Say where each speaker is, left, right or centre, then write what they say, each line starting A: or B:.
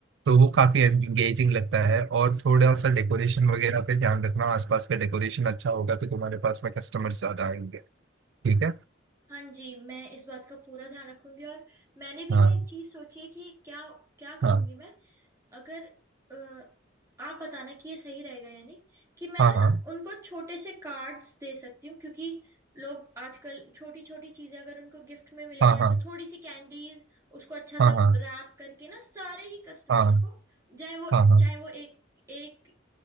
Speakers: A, on the right; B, on the right.
A: तो वो काफी एंगेजिंग लगता है और थोड़ा सा डेकोरेशन वगैरह पे ध्यान रखना आसपास का डेकोरेशन अच्छा होगा तो तुम्हारे पास में कस्टमर्स ज्यादा आएंगे ठीक है
B: हाँ जी मैं इस बात का पूरा ध्यान रखूंगी और मैंने भी
A: हाँ
B: ना एक चीज सोची है कि क्या क्या करूंगी
A: हाँ
B: मैं अगर अ, आप बताना कि ये सही रहेगा या नहीं कि मैं
A: हाँ
B: ना
A: हाँ
B: उनको छोटे से कार्ड्स दे सकती हूँ क्योंकि लोग आजकल छोटी छोटी चीजें अगर उनको गिफ्ट में मिले
A: हाँ
B: या फिर थोड़ी सी कैंडीज उसको अच्छा
A: हाँ
B: सा
A: हाँ
B: रैप करके ना सारे ही कस्टमर्स
A: हाँ
B: को चाहे वो
A: हाँ हाँ
B: चाहे वो एक एक